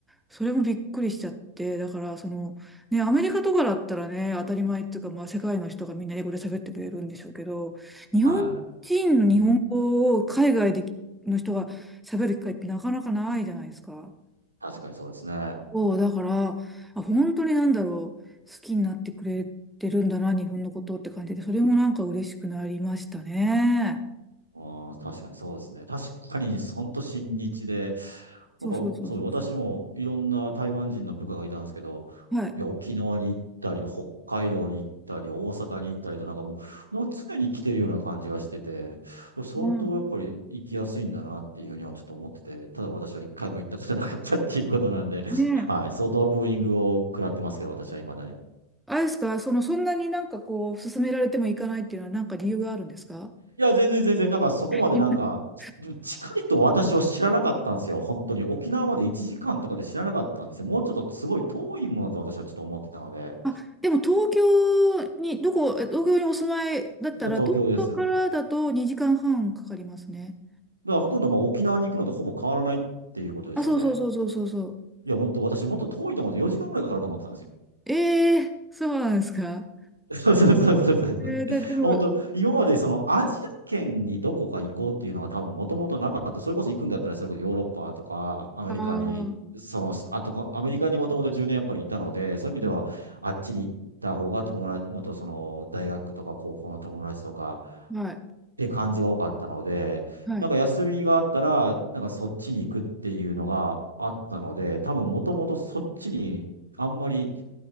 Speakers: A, in the centre; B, on the right.
A: それもびっくりしちゃって、だから、その、ね、アメリカとかだったらね、当たり前っていうか、まあ、世界の人がみんな英語で喋ってくれるんでしょうけど、日本人の日本語を海外での人が喋る機会ってなかなかないじゃないですか。
B: はい。うん、確かにそうですね。
A: そう、だから、あ、本当になんだろう、好きになってくれてるんだな、日本のことって感じで、それもなんか嬉しくなりましたね。
B: ああ、確かにそうですね。確かに、ほんと親日で、
A: そうそうそうそう。
B: なんか、そう、私もいろんな台湾人の部下がいたんですけど、
A: はい。
B: いや、沖縄に行ったり、北海道に行ったり、大阪に行ったりと、なんかもう、なんか常に来てるような感じがしてて、相当やっぱり行きやすいんだなっていうふうにはちょっと思ってて、
A: うん。
B: ただ私は一回も行ったことなかったっていうことなんで、<laughs>
A: ねえ。
B: はい、相当ブーイングを食らってますけど、私は未だに。
A: あれですか、その、そんなになんかこう、勧められても行かないっていうのは、なんか理由があるんですか
B: いや、全然全然、なんかそこまでなんか、
A: <laughs>
B: ち近いと私は知らなかったんですよ。本当に。沖縄まで1時間とかで知らなかったんですよ。もうちょっとすごい遠いものだと私はちょっと思ってたので、
A: あ、でも東京に、どこ、え東京にお住まいだったら、
B: 今東京です。
A: 東京からだと2時間半かかりますね。
B: だからほとんどまあ沖縄に行くのとほぼ変わらないっていうことですよね。
A: あ、そうそうそうそうそうそう。
B: いや、もっと私もっと遠いと思って、4時間ぐらいかかると思ってたんですよ。
A: ええそうなんですか。
B: そうそうそうそうそう。
A: えー、だ、でも、
B: 本当、今までそのアジア圏にどこか行こうっていうのは多分もともとなかった。それこそ行くんだったら、それこそヨーロッパとかアメリカに、
A: ああ、
B: その、あとこ、アメリカにもともと10年やっぱりいたので、そういう意味ではあっちに行った方が友達、
A: うん、
B: 元その大学とか高校の友達とか、
A: はい、
B: って感じが多かったので、
A: はい。
B: なんか休みがあったら、なんかそっちに行くっていうのがあったので、多分もともとそっちにあんまり、